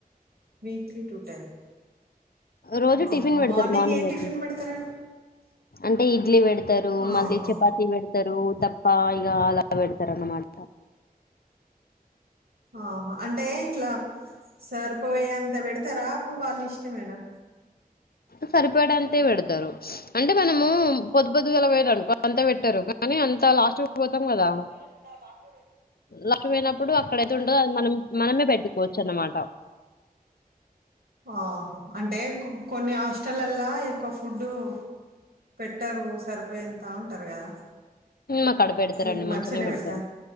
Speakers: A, on the right; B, on the left.
A: weekly two time
B: రోజు
A: ఆహా
B: టిఫిన్ పెడతారు మార్నింగ్
A: ఏం
B: అయితే
A: టిఫిన్ పెడతారండి
B: అంటే ఇడ్లీ పెడతరు
A: ఆహా
B: మళ్ళీ చపాతి పెడతరు ఉతప్ప ఇగ అలా బెడతరు అనమాట
A: ఆహా అంటే ఇట్లా సరిపోయే అంత పెడతరా వాళ్ళ ఇష్టమేనా
B: సరిపోయేటంతే పెడ్తరు అంటే మనము పొద్దు పొద్దుగాల పోయిరు అనుకో అంత పెట్టరు కానీ అంత లాస్ట్ పోతాం కదా
A: ఉంతలా <unintelligible>
B: లక్ష పోయినప్పుడు అక్కడైతే ఉంటదో అది మనం మనమే పెట్టుకోవచ్చు అనమాట
A: ఆహా అంటే కొన్ని హాస్టలల్ల ఎక్కువ ఫుడ్డు పెట్టరు సరిపోయే అంత అంటరు గదా
B: మాకాడ పెడతారండి
A: మీకు మంచిగానే
B: మంచినే పెడతారు
A: పెడతార